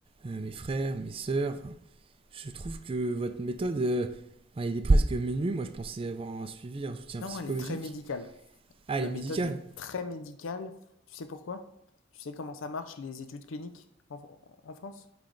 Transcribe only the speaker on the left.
Non,
elle est très médicale.
Ma
méthode
est très médicale. Tu sais pourquoi? Tu sais comment ça marche, les études cliniques en, en France?